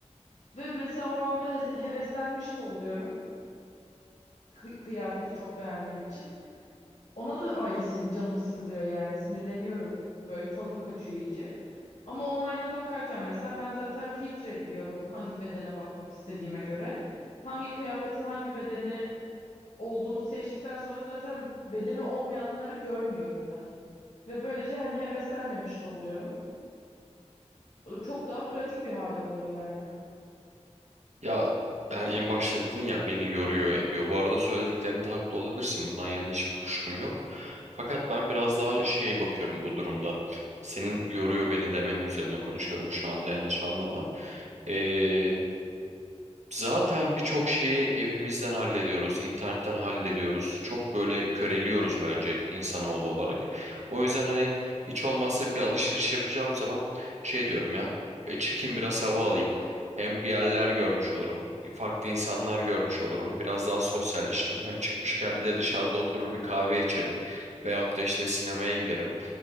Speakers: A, on the left; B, on the right.
A: Ve mesela o anda he- heveslenmiş de oluyorum. kı- kıyafeti çok beğendiğim için. Ona da ayrı sin- canım sıkılıyor yani. Sinirleniyorum. Böyle tadım kaçıyor iyice. Ama online'da bakarken mesela ben zaten filtreliyorum hangi bedene bakmak istediğime göre. Hangi kıyafetin hangi bedeni olduğunu seçtikten sonra zaten bedeni olmayanları görmüyorum ben. Ve böylece hani heveslenmemiş de oluyorum. E, Çok daha pratik bir hal alıyor yani.
B: Ya ben en başta dedin ya beni yoruyor ediyor. Bu arada söylediklerinde haklı olabilirsin. Bundan yana hiçbir kuşkum yok. Fakat ben biraz daha şey bakıyorum bu durumda. Senin yoruyor beni demenin üzerine konuşuyorum şu anda yanlış anlama. Ee, Zaten birçok şeyi evimizden hallediyoruz, internetten hallediyoruz. Çok böyle köreliyoruz bence insanoğlu olarak. O yüzden hani hiç olmazsa bir alışveriş yapacağım zaman şey diyorum ya, "E, çıkayım biraz hava alayım. Hem bir yerler görmüş olurum, farklı insanlar görmüş olurum, biraz daha sosyalleşirim. Hem çıkmışken bir de dışarıda oturur bir kahve içerim veyahut da işte sinemaya giderim.